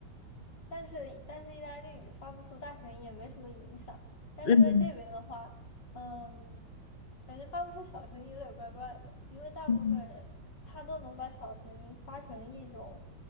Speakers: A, on the left (about 60°); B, on the left (about 40°).
A: 但是但是意大利语发不出大声音也没什么影响。但是在这边的话，
B: <laughs> 嗯
A: 嗯，感觉发不出小声音有点怪怪的，因为大部分人他都能把小声音发成一种
B: 嗯，